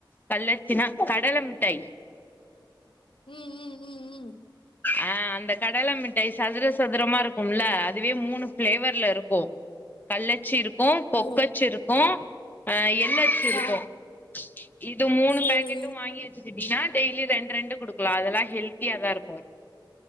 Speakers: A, on the left; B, on the left.
A: கல்ல த்தினா கடல மிட்டாய்
B: உம் உம் உம் உம்
A: ஆஹ் அந்த கடல மிட்டாய் சதுர சதுரமா இருக்கும்ல அதுவே மூணு ஃபிளேவர்ல இருக்கும் கல்லச்சி இருக் க்கும் பொக்கச்சு
B: ஓ
A: இருக்கும் அஹ் எள்ளச்சும் இருக்கும்
B: ஆ
A: இது மூணு
B: சேரி
A: பேக்கட்டும் வாங்கிச்சு எப்டினா டெய்லி ரெண்டு ரெண்டு குடுக்கலா அதெல்லா ஹெல்த்தியாதா இருக்கும்